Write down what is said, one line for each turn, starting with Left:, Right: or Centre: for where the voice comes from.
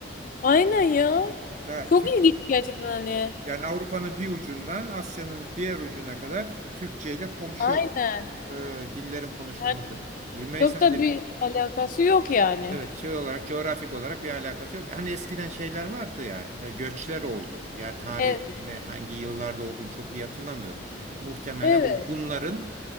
Left: Aynen ya.
Right: Ha
Left: Çok
Right: Türk
Left: ilginç gerçekten hani.
Right: yani Avrupa'nın bir ucundan Asya'nın diğer ucuna kadar Türkçe ile komşu
Left: Aynen.
Right: e, dillerin konuşulması.
Left: Yani
Right: Rümeysa'cığım
Left: çok da bir alakası yok yani.
Right: evet şey olarak coğrafik olarak bir alakası yok. Hani eskiden şeyler vardı ya e, göçler oldu. Yer tarihinde
Left: Evet,
Right: hangi yıllarda olduğunu çok iyi hatırlamıyorum. Muhtemelen
Left: evet,
Right: bu Hunların